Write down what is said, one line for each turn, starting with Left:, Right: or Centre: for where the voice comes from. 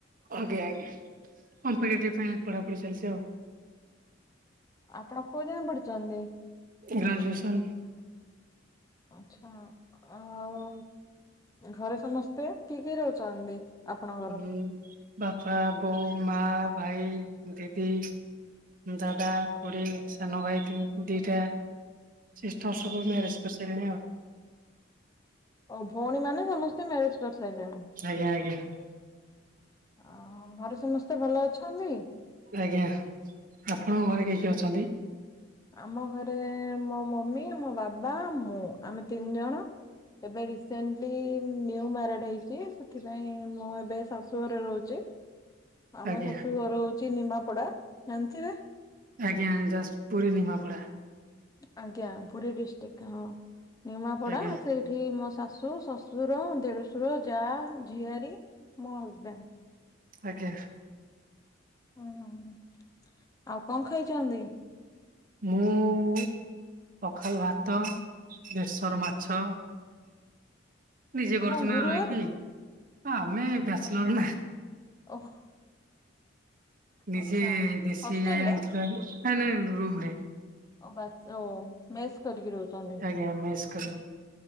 Right: ଆଜ୍ଞା ଆଜ୍ଞା କମ୍ପିଟେଟିଭ ପାଇଁ ପଢାପଢି ଚାଲି ଆଉ।
Left: ଆପଣ କୋଉଯାଏଁ ପଡ଼ିଛନ୍ତି?
Right: ଗ୍ରଜୁଏସନ୍।
Left: ଆଛା ଆଉ ଘରେ ସମସ୍ତେ କିଏ କିଏ ରହୁଛନ୍ତି? ଆପଣଙ୍କର?
Right: ଉଁ ବାପା ବୋଉ ମା ଭାଇ ଦିଦି। ଦାଦା ଖୁଡ଼ି ସାନ ଭାଇ ତିନ ଦିଇଟା ସିଷ୍ଟର୍ ସବୁ
Left: ଆଜ୍ଞା।
Right: ମ୍ୟାରେଜ୍ କରିସାରିଲିଣି ଆଉ।
Left: ଆଉ ଭଉଣୀ ମାନେ ସମସ୍ତେ ମ୍ୟାରେଜ କରିସାରିଲେଣି।
Right: ଆଜ୍ଞା ଆଜ୍ଞା
Left: ଆଉ ଘରେ ସମସ୍ତେ ଭଲ ଅଛନ୍ତି।
Right: ଆଜ୍ଞା ଆପଣଙ୍କ ଘରେ କି କି ଅଛନ୍ତି।
Left: ଆମ ଘରେ ମୋ ମମି ମୋ ବାବା ମୁଁ ଆମେ ତିନି ଜଣ। ଏବେ ରିସେଣ୍ଟଲି ନିୱମା <unintelligible> ହେଇଛି ସେଥିପାଇଁ ମୁଁ ଏବେ ଶାଶୁ ଘରେ ରହୁଛି ଆଉ
Right: ଆଜ୍ଞା
Left: ମୋ ଶାଶୁ ଘର ହୋଉ ଚି ନିମାପଡା ଜାଣିଥିବେ।
Right: ଆଜ୍ଞା ଜାଷ୍ ପୁରୀ ନିମାପଡ଼ା।
Left: ଆଜ୍ଞା ପୁରୀ ଡିଷ୍ଟ୍ରିକ୍ଟ ହଁ ନିମାପଡା
Right: ଆଜ୍ଞା
Left: ସେଇ ଏଠି ମୋ ଶାଶୁ ଶ୍ୱଶୁର ଦେଢଶୁର ଯା ଝିଆରୀ ମୋ ହଜବେଣ୍ଡ।
Right: ଆଜ୍ଞ।
Left: ହୁଁ ଆଉ କଁ ଖାଇଛନ୍ତି?
Right: ମୁଁ ପଖାଲ ଭାତ ବେସର ମାଛ ନିଜେ କରୁଚୁ
Left: କଣ ଗୁରୁବାରେ
Right: ନା ରହିକି ଆମେ ବ୍ୟାଚଲର ନା।
Left: ଓହୋ।
Right: ନିଜେ
Left: ଆଚ୍ଛା
Right: ଦେଶି
Left: ହଷ୍ଟେଲରେ
Right: ଯାଇ ଆଣିଥିଲୁ ହାରି ନା ନା ରୁମ ରେ।
Left: ଓ ବା ଚୋ ମେସ୍ କରିକି ରହୁଛନ୍ତି।
Right: ଆଜ୍ଞା ମେସ୍ କରିକି